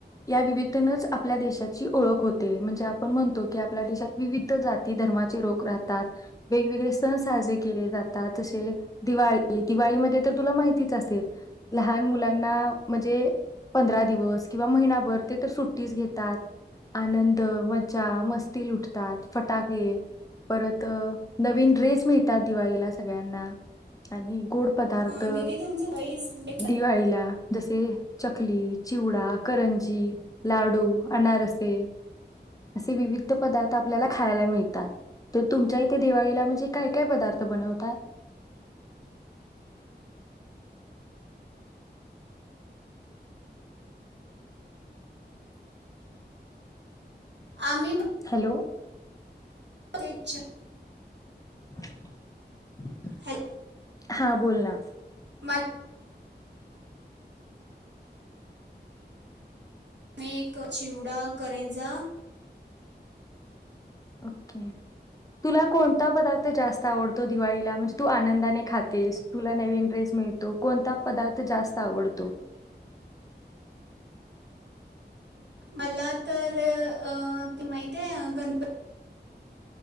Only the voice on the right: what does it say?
अं, दीदी तुमचं वॉइस ब्रेक
आम्ही
तेच्या
हॅल
मा मी एक चिवडा करेंजा
मला तर अ ते माहित आहे गणपती